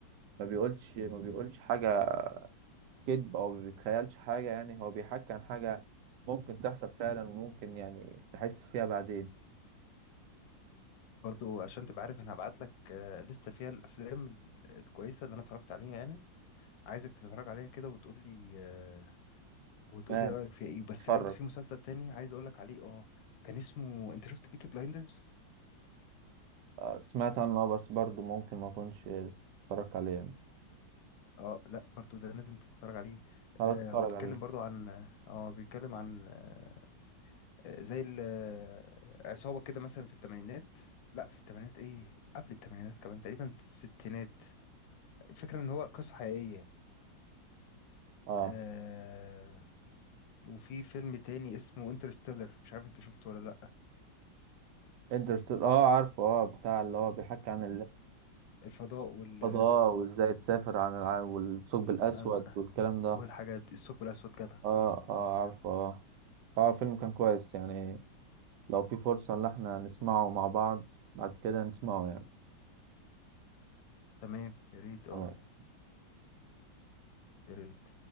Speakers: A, on the right; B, on the left.
A: ما بيقولش ما بيقولش حاجة كذب او ما بيتخيلش حاجة يعني هو بيحكي عن حاجة ممكن تحصل فعلا وممكن يعني تحس فيها بعدين
B: برضو عشان تبقى عارف انا هبعت لك آه، لستة فيها الافلام ال- الكويسه اللي انا اتفرجت عليها يعني عايزك تتفرج عليها كده وتقول لي آه وتقول
A: تمام
B: لي رأيك فيها ايه بس
A: اتفرج
B: برضو في مسلسل تاني عايز اقول لك عليه اه كان اسمه انت شفت بيكي بلايندرز
A: آه، سمعت عنه آه، بس برضه ممكن ما اكونش اتفرجت عليه يعني
B: اه لا برضو ده لازم تتفرج عليه
A: خلاص
B: آه
A: اتفرج
B: هو بيتكلم
A: عليه
B: برضو عن اه بيتكلم عن آه زي ال- آه، عصابة كده مثلا في الثمانينات لا في الثمانينات ايه قبل الثمانينات كمان تقريبا الستينات الفكرة ان هو قصة حقيقية يعني.
A: اه
B: آه وفي فيلم تاني اسمه انترستيلر مش عارف انت شفته ولا لا
A: انترستيلر اه عارفه اه بتاع اللي هو بيحكي عن
B: الفضاء وال
A: الفضاء وازاي تسافر عن العالم والثقب الاسود
B: آه،
A: والكلام ده
B: والحاجات دي الثقب الأسود جدع
A: اه
B: اه
A: اه
B: اه
A: عارفه اه اه فيلم كان كويس يعني لو في فرصة ان احنا نسمعه مع بعض بعد كده نسمعه يعني
B: تمام يا ريت اه
A: تمام
B: يا ريت